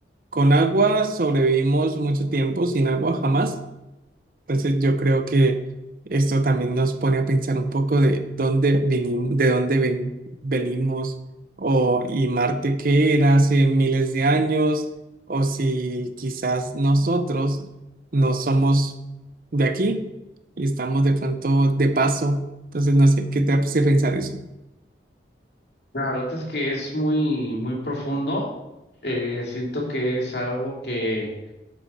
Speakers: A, on the right; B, on the left.
A: con agua sobrevivimos mucho tiempo, sin agua jamás. Entonces yo creo que esto también nos pone a pensar un poco de dónde venimos, de dónde ven- venimos, o y Marte qué era hace miles de años, o si quizás nosotros no somos de aquí y estamos de pronto de paso. Entonces no sé qué te hace pensar eso.
B: La verdad es que es muy, muy profundo. Eh, siento que es algo que,